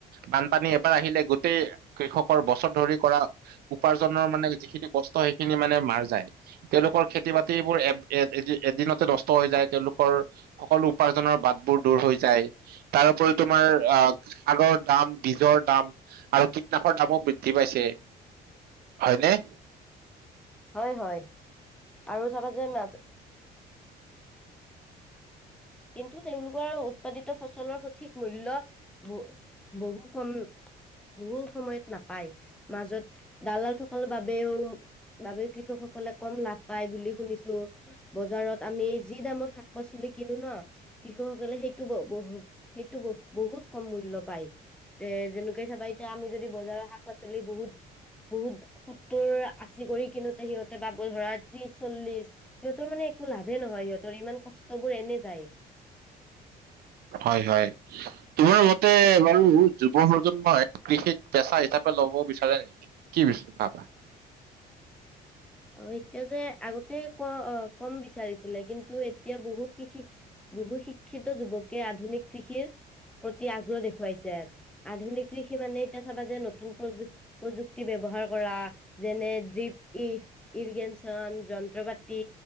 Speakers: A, on the right; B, in the centre.
A: বানপানী এবাৰ আহিলে গোটেই কৃষকৰ বস্ত বছৰ ধৰি কৰা, উপাৰ্জনৰ মানে যিখিনি কষ্ট সেইখিনি মানে মাৰ যায় তেওঁলোকৰ খেতি বাতিবোৰ এ এ এদিনতে নষ্ট হৈ যায় তেওঁলোক তেওঁৰ সকলো উপাৰ্জনৰ বাট বোৰ দূৰ হৈ, তাৰ ওপৰি তোমাৰ, আগ আগৰ দাম, বীজৰ দাম আৰু কীটনাশকৰ দামো বৃ ধি পাইছে, হয় নে?
B: হয়, হয়। আৰু চাবা যে মাজ কিন্তু তেওঁলোকৰ উৎপাদিত ফচলৰ সঠিক মূল্য ব বহু কম, বহু সময়ত নাপায়। মাজত দালাল থকাৰ বাবেও, বাবেও কৃষকসকলে কম লাভ পায় বুলি শুনিছো, বজাৰত আমি যি দামত শাক পাচলি কিনো ন কৃষক সকলে সেইটো ব-বহু, সেইটো ব- বহুত কম মূল্য পায়। তে যেনেকে চাবা এতিয়া আমি যদি বজাৰৰ শাক পাচলি বহুত, বহুত সত্তৰ আশী কৰি কিনোতে সিহঁতে পাব ধৰা ত্ৰিশ চল্লিশ। সিহঁতৰ মানে একো লাভে নহয়, সিহঁতৰ ইমান কষ্ট বোৰ এনে যায়।
A: হয়, হয়। তোমাৰ মতে বাৰু যুৱ প্ৰজন্মই কৃষিক পেচা হিচাপে লব বিচাৰে নেকি? কি বিচ, পাবা?
B: অ, এতিয়া যে আগতে ক- কম বিচাৰিছিলে, কিন্তু এতিয়া বহু কৃষি, বহু শিক্ষিত যুৱকে আধুনিক কৃষিৰ প্ৰতি আগ্ৰহ দেখুৱাইছে। আধুনিক কৃষি মানে এতিয়া চাবা যে নতুন প্ৰযু- প্ৰযুক্তি ব্যৱহাৰ কৰা, যেনে দীপ ই ইৰিগেশ্যন, যন্ত্ৰ পাতি,